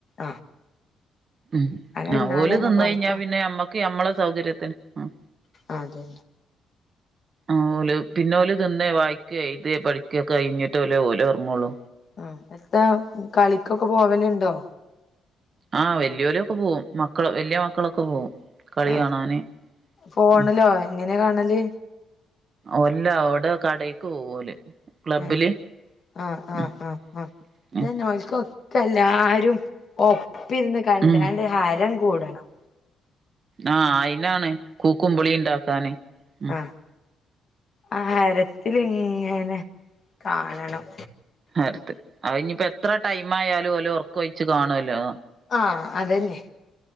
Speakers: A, on the left; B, on the right.
A: ആഹ്
B: ഉം <unintelligible>
A: അങ്ങനെ
B: തിന്നുകഴിഞ്ഞ
A: തിന്നാലന്നെ കൊറക്ക
B: പിന്നെ നമ്മക്ക് നമ്മള സൗകര്യത്തിന് ആഹ്
A: ആഹ് അതെ
B: ആഹ് ഓല് പിന്നെ ഓല് തിന്നേ വായി എഴുതിയേ പഠിക്കുക്കെ കഴഞ്ഞിട്ടേ ഓല് ഉറങ്ങുള്ളു
A: ആഹ് <unintelligible> കളിക്കൊക്കെ പോകലുണ്ടോ
B: ആഹ് വല്യോരൊക്കെ പോവും മക്കള് വല്യ മക്കളൊക്കെ പോവും കളി
A: ആ
B: കാണാന്
A: ഫോണിലോ
B: ഉം
A: എങ്ങനെ കാണല്
B: അല്ല അവിടെ കടക്ക് പോവും ഓല് ക്ലബ്ബില്
A: ഏഹ് ആഹ്
B: ഉം
A: ആഹ് ആഹ് ആഹ് ഇന്നാനോയിക്കോ
B: ഉം
A: ഇപ്പം എല്ലാരും ഒപ്പം ഇരുന്ന് കണ്ടോണ്ട്
B: ഉം
A: ഹരം കൂടണം
B: ആഹ് അയിനാണ് കൂക്കുംവിളിയും ഉണ്ടാക്കാന് ഉം
A: ആഹ് ആ ഹരത്തിലിങ്ങനെ കാണണം
B: ഹരത്ത് അയിനിപ്പ എത്ര ടൈം ആയാലും ഓല് ഒർക്കൊയിച്ച് കാണല്ലോ
A: ആഹ് അതന്നെ